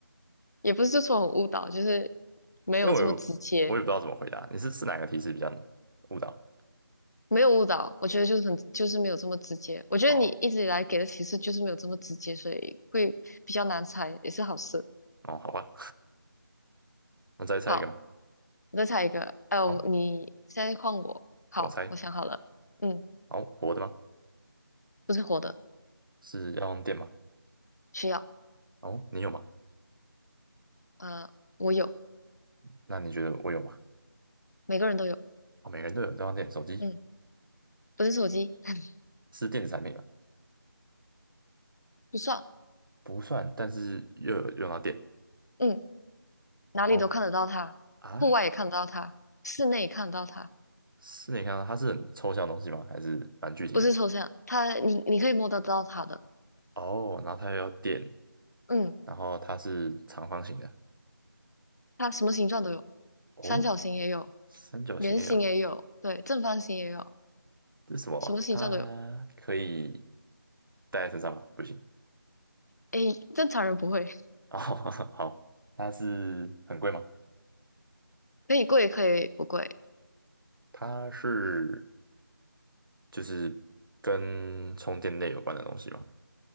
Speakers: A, on the left (about 50°); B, on the right (about 75°).
A: 也不是说很误导，就是没有这么直接。
B: 因为我有我也不知道怎么回答，你是是哪个提示比较误导？
A: 没有误导，我觉得就是很就是没有这么直接。我觉得你一直以来给的提示就是没有这么直接，
B: 哦
A: 所以会比较难猜，也是好事。
B: 哦，好吧，<laughs> 那再猜一个吗？
A: 好，你再猜一个。哎、我你现在换我。
B: 好，
A: 好，
B: 我猜，
A: 我想好了。嗯，
B: 好，活的吗？
A: 不是活的，
B: 是要用电吗？
A: 需要。
B: 哦，你有吗？
A: 呃，我有，
B: 那你觉得我有吗？
A: 每个人都有。
B: 哦，每个人都有这样电，手机
A: 嗯，不是手机，<laughs>
B: 是电子产品吗？
A: 不算。
B: 不算，但是又有用到电。
A: 嗯，哪里都看得到它，
B: 然后啊，
A: 户外也看得到它，室内也看得到它，
B: 是你看到它是很抽象的东西吗？还是蛮具体的？
A: 不是抽象，它你你可以摸得到它的。
B: 哦，然后它又要电，
A: 嗯，
B: 然后它是长方形的。
A: 它什么形状都有，
B: 哦，
A: 三角形也有。
B: 三角形也有。
A: 圆形也有，对，正方形也有，
B: 这是什么啊它可以
A: 什么形状都有。
B: 带在身上吗？不行。
A: 诶，正常人不会，
B: <laughs> 哦，好，它是很贵吗？
A: 可以贵可以不贵，
B: 它是就是跟充电类有关的东西吗？